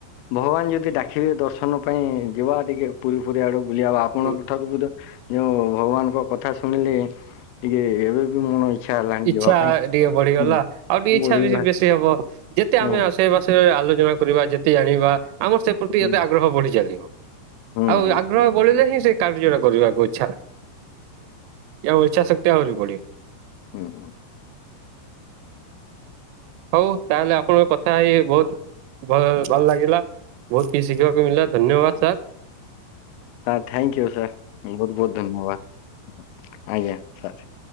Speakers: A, on the left; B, on the right.
A: ଭଗବାନ ଯଦି ଡାକିବେ ଦର୍ଶନ ପାଇଁ ଯିବା ଟିକେ ପୁରୀ ଫୁରୀ ଆଡୁ ବୁଲିବା ଆପଣଙ୍କ
B: ହୁଁ
A: ଠାରୁ ବି ତ ଯୋଉଁ ଭଗବାନଙ୍କ କଥା ଶୁଣିଲେ ଟିକେ ଏବେ ବି ମନ ଇଚ୍ଛା ହେଲାଣି
B: ଇଚ୍ଛା
A: ଯିବା ପାଇଁ।
B: ଟିକେ ବଢିଗଲା
A: ହୁଁ
B: ଆଉ ଟିକେ ଇଚ୍ଛା
A: ବଢିଗଲା
B: ବି ବେଶୀ ହବ <unintelligible> ଯେତେ
A: ହୁଁ
B: ଆମେ ରେ ଆଲୋଚନା କରିବା ଯେତେ ଜାଣିବା ଆମର ସେ ପ୍ରତି
A: ହୁଁ
B: ଏତେ ଆଗ୍ରହ ବଢି ଚାଲେ।
A: ହୁଁ
B: ଆଉ
A: ହୁଁ
B: ଆଗ୍ରହ
A: ହୁଁ
B: ବଢିଲେ ହିଁ ସେ କାର୍ଯ୍ୟଟା କରିବାକୁ ଇଚ୍ଛା ହୁଏ। ଆଉ ଇଚ୍ଛା ଶ ଆହୁରି ବଢିବ।
A: ହୁଁ ହୁଁ।
B: ହୋଉ ତାହେଲେ ଆପଣଙ୍କ କଥା ହେଇ ହେଇ ବହୁତ ଭଲ ଭଲ ଲାଗିଲା ବହୁତ କିଛି ଶିଖିବାକୁ ମିଳିଲା ଧନ୍ୟବାଦ ସାର୍।
A: ହଁ ଥ୍ୟାଙ୍କୟୁ ସାର୍ ବହୁତ ବହୁତ ଧନ୍ୟବାଦ ଆଜ୍ଞା ସାର୍।